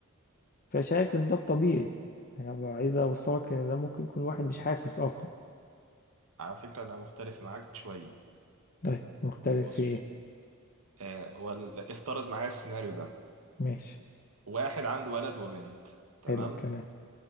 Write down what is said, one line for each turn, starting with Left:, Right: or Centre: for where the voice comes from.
Left: فشايف ان ده الطبيعي انا بقى عايز اوصلك ان ده ممكن يكون واحد مش حاسس اصلا
Right: على فكره انا مختلف معاك شويه
Left: طيب مختلف
Right: بص
Left: في ايه
Right: آه ولا افترض معايا السيناريو ده
Left: ماشي
Right: واحد عنده ولد وبنت تمام
Left: حلو الكلام